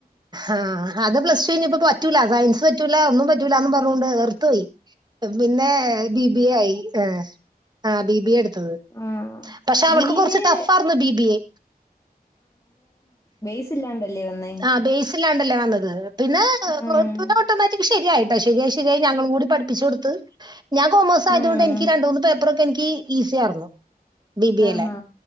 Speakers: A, on the right (about 25°); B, on the left (about 20°).
A: ആഹ് അത് പ്ലസ് കയിഞ്ഞപ്പൊ പറ്റൂല്ലാ സയൻസ് പറ്റൂല്ലാ ഒന്നും പറ്റൂല്ലാ എന്ന് പറഞ്ഞൊണ്ട് വേറ്ത്ത് പോയി പിന്നെ ബി ബി എ ആയി ആഹ് ആഹ് ബി ബി എ എട്ത്തത്
B: ആഹ്
A: പക്ഷേ അവൾക്ക്
B: ബി
A: കൊറച്ച്
B: ബി എ
A: ടാഫാർന്നു ബി ബി യെ
B: <unintelligible> ഇല്ലാണ്ടെ ല്ലേ വന്നേ
A: ആഹ് ബേസ് ഇണ്ടാല്ലേ വന്നത് പിന്നെ
B: ഉം
A: പിന്നെ ഓട്ടോമാറ്റിക് കരിയായിട്ടോ കര്യായായി ശെര്യാ <unintelligible> ഞങ്ങളും കൂടി പഠിപ്പിച്ചു കൊടുത്ത് ഞാ കോമേഴ്സ് ആയത്
B: ഉം
A: കൊണ്ട് എനി രണ്ടണ്ട് മൂന്ന് പേപ്പറൊക്കെ എനിക്ക് ഇസി ആർന്നു ബി ബി
B: ആഹാ
A: അല്ലോ